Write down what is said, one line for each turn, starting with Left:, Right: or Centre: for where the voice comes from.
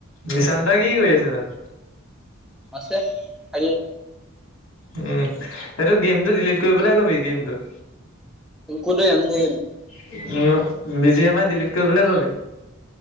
Left: নিচান্তই কি কৰি আছে তাত
Centre: আছে <unintelligible>
Left: উম সেইটো গেমটো ডিলিট কৰিবলৈ কবি গেমটো
Centre: কোনটো game <unintelligible>
Left: <unintelligible> busy M I delete কৰিবলৈ কবি।